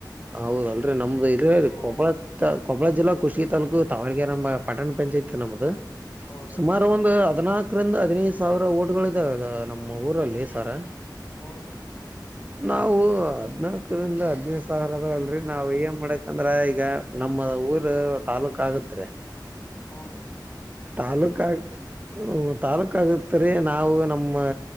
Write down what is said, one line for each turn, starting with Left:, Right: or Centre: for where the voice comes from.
Right: ಹೌದಲ್ರರಿ ನಮ್ದು ಇರ
Left: ಹ
Right: ಕೊಪ್ಪಳ ಕೊಪ್ಪಳ ಜಿಲ್ಲಾ ಕುಷ್ಟಗಿ ತಾಾಲೂಕು ತಾವಳಾಗಿ ಈಗ ನಮ್ಮ ಪಟ್ಟಣ ಪಂಚಾಯತ್ ನಮದು
Left: ಹೌದನ್ರಿ
Right: ಸುಮಾರು ಒಂದು ಹದನಾಕರಿಂದ ಹದಿನೈದು ಸಾವಿರ ಓಟಗಳ ಇದಾವ ನಮ್ಮ ಊರಲ್ಲಿ ಸರ
Left: ಹ್ಮ್ರಿ
Right: ನಾವು ಹದ್ನಾಾಕರಿಂದ ಹದ್ನೈದು ಸಾವಿರದ ಅಲ್ರರಿ ನಾವ್ ಏನ್ ಮಾಡಕಂದ್ರ ಈಗ ನಮ್ಮ ಊರು ತಾಾಲೂಕ ಆಗತ್ ರಿ
Left: ಹೂನ್ರಿ
Right: ತಾಲೂಕ ಹ ತಾಾಲೂಕ ಆಗತ್ರಿ ನಾವು ನಮ್ಮ